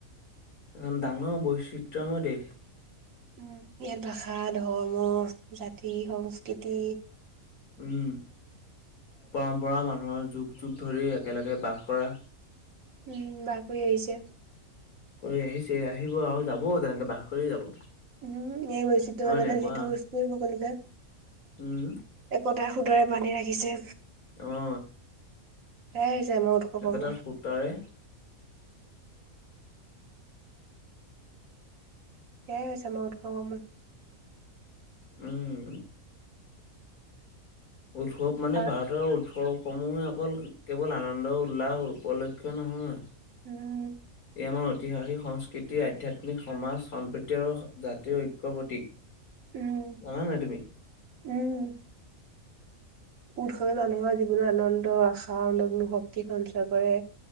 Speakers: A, on the left; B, on the right.
A: এখন ডাঙৰ বৈচিত্ৰময় দেশ
B: উ ইয়াত ভাষা ধৰ্ম জাতি সংস্কৃতি
A: উম পৰম্পৰা মানুহৰ যুগ যুগ ধৰি একেলগে বাস কৰা।
B: উম বাকৰি আহিছে।
A: কৰি আহিছে আহিব আৰু যাবও তেনেকে বাস কৰি যাব।
B: উম এই <unintelligible>
A: হয় নাই কোৱা
B: যিটো বস্তুৱে সকলোকে
A: উম
B: একোতাই শুধৰাই বান্ধি ৰাখিছে।
A: অ
B: তাই <unintelligible> মোৰ
A: একেটা
B: উম
A: সূতাৰে
B: সয়াই হৈছে আমাৰ উৎসৱ সমূহ
A: উম উৎসৱ মানে
B: আৰু
A: ভাৰতৰ উৎসৱ সমূহে অকল কেৱল আনন্দ উল্লাহ উপলক্ষ নহয়
B: উম
A: তেওঁমৰ ঐতিহাসিক সংস্কৃতি আধ্যাত্মিক সমাজ সম্প্ৰীতি আৰু জাতীয় ঐক্য প্ৰতীক
B: উম
A: জানা নাই তুমি
B: উম উৎসৱে মানুহৰ জীৱন আনন্দ আশা আৰু নগ্ন শক্তি সঞ্চয় কৰে